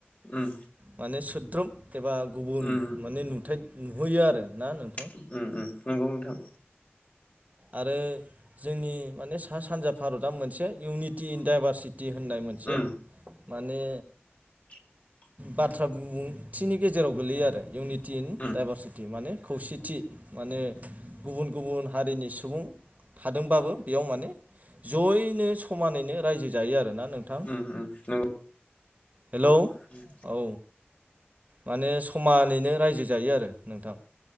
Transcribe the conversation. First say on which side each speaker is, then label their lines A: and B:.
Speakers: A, on the left; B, on the right.
A: उम
B: माने सो द्रोम एबा गुबुन
A: उम
B: माने नुथाय नुहोयो आरो ना नों
A: उम उम नोंगौ नोंथां।
B: आरो जोंनि माने सा सानजा भारतआ मोनसे इउनिटि इन डाइभारसि टि होननाय मोनसे
A: उम
B: माने
A: <inaudible>
B: बाथ्रा बिबुंथिनि गेजेराव गोलैयो आरो इउनिटि इन
A: उम
B: डाइभारसिटि माने खौसेथि। माने गुबुन गुबुन हारिनि सुबुं थादोंबाबो बेयाव माने जयैनो समानैनो रायजो जायो आरोना नोंथां
A: उम उम नोंगौ
B: हेलौ
A: उम
B: औ माने समानैनो रायजो जायो आरो नोंथां